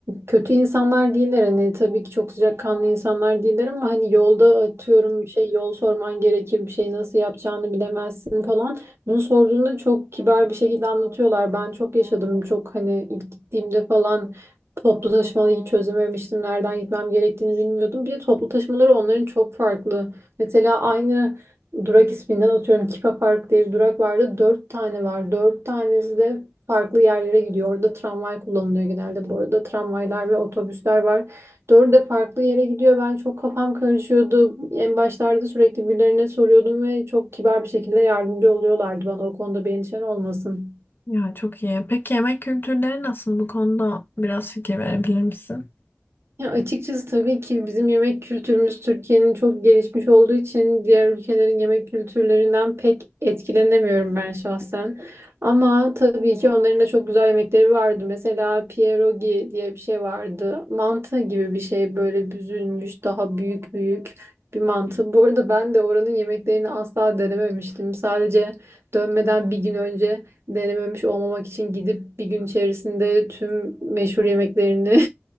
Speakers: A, on the right (about 75°); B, on the left (about 55°).
A: kötü insanlar değiller hani tabii ki çok sıcakkanlı insanlar değiller ama hani yolda atıyorum bir şey yol sorman gerekir bir şey nasıl yapacağını bilemezsin falan. Bunu sorduğunda çok kibar bir şekilde anlatıyorlar. Ben çok yaşadım çok hani ilk gittiğimde falan toplu taşımayı hiç çözememiştim. Nereden gitmem gerektiğini bilmiyordum. Bir de toplu taşımaları onların çok farklı. Mesela aynı durak isminden atıyorum Kipa Park diye bir durak vardı. Dört tane var. Dört tanesi de farklı yerlere gidiyor. Orada tramvay kullanılıyor genelde bu arada. Tramvaylar ve otobüsler var. Dördü de farklı yere gidiyor. Ben çok kafam karışıyordu. En başlarda sürekli birilerine soruyordum ve çok kibar bir şekilde yardımcı oluyorlardı bana. O konuda bir endişen olmasın.
B: Ya çok iyi. Peki yemek kültürleri nasıl? Bu konuda biraz fikir verebilir misin?
A: Ya açıkçası tabii ki bizim yemek kültürümüz Türkiye'nin çok gelişmiş olduğu için diğer ülkelerin yemek kültürlerinden pek etkilenemiyorum ben şahsen. Ama tabii ki onların da çok güzel yemekleri vardı. Mesela pierogi diye bir şey vardı. Mantı gibi bir şey böyle büzülmüş, daha büyük büyük bir mantı. Bu arada ben de oranın yemeklerini asla denememiştim. Sadece dönmeden bir gün önce denememiş olmamak için gidip bir gün içerisinde tüm meşhur yemeklerini